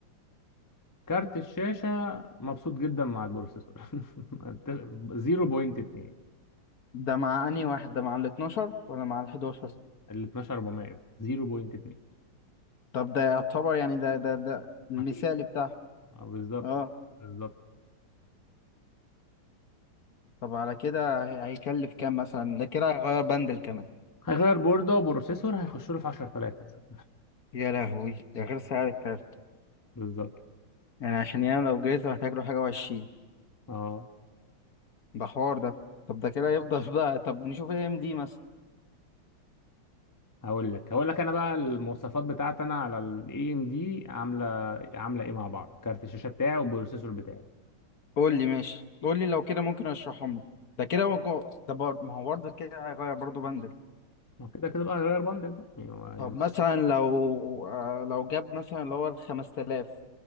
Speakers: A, on the left; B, on the left.
A: كارت الشاشة مبسوط جدا مع البروسيسور <laughs> 0.2
B: ده مع أنهي واحد ده مع ال 12 ولا مع ال 11
A: ال 12400 0.2
B: طب ده يعتبر يعني ده ده ده المثالي
A: مفيش
B: بتاعه
A: اه بالظبط
B: اه
A: بالظبط
B: طب على كده هي- هيكلف كام مثلا ده كده هيغير بندل كمان
A: هيغير بوردة وبروسيسور هيخش له في 10000 مثلا
B: يا لهوي ده غير سعر الكارت
A: <laughs> بالظبط
B: يعني عشان ينام لو جايزة محتاج له حاجة وعشرين
A: اه
B: ده حوار ده طب ده كده يفضل <laughs> بقى طب نشوف ايه ام دي مثلا
A: هقول لك هقول لك انا بقى المواصفات بتاعتي انا على الاي ام دي عامله عامله ايه مع بعض كارت الشاشه بتاعي والبروسيسور بتاعي
B: قول لي ماشي قول لي لو كده ممكن اشرحهم لي ده كده ممكن ده بر... ما هو برضه كده هيغير برضه بندل
A: ما كده كده بقى هغير بندل بقى يعني هو- يعني-
B: طب مثلا لو آه لو جاب مثلا اللي هو ال 5000